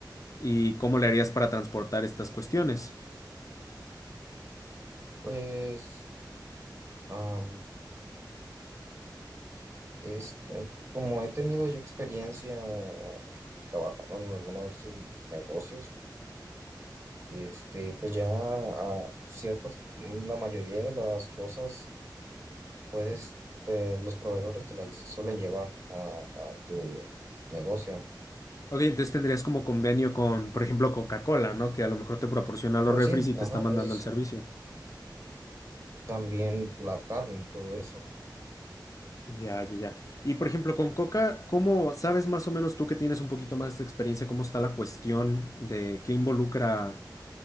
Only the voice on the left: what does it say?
¿Y cómo le harías para transportar estas cuestiones?
Ok, entonces tendrías como convenio con, por ejemplo, Coca-Cola, ¿no? Que a lo mejor te proporciona los
refris
y
te está mandando
el servicio.
Ya, ya, ya. Y por ejemplo, con Coca, ¿cómo sabes más o menos tú que tienes un poquito más de experiencia, cómo está la cuestión de qué involucra?